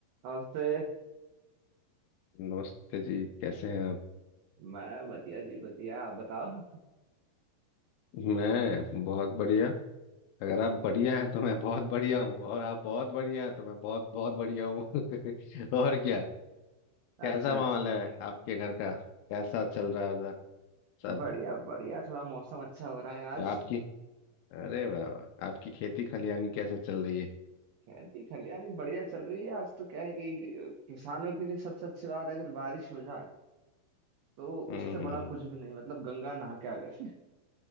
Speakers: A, on the right (about 90°); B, on the left (about 80°).
A: नमस्ते
B: नमस्ते जी कैसे हैं आप
A: मैं बढ़िया जी बढ़िया आप बताओ
B: मैं बहुत बढ़िया अगर आप बढ़िया हैं तो मैं बहुत बढ़िया हूँ और आप बहुत बढ़िया हैं तो मैं बहुत बहुत बढ़िया हूँ <laughs> और क्या कैसा
A: अच्छा अच्छा
B: माहौल है आपके घर का कैसा चल रहा है उधर सब
A: बढ़िया बढ़िया थोड़ा मौसम अच्छा हो रहा है आज
B: और आपकी अरे वाह वाह, आपकी खेती खलियानी कैसे चल रही है
A: खेती खलियानी बढ़िया चल रही है आज तो क्या है कि कि- किसानों के लिए सबसे अच्छी बात अगर बारिश हो जाए तो
B: हम्म
A: उससे बड़ा
B: हम्म,
A: कुछ भी नहीं मतलब गंगा नहा के आ गए <laughs>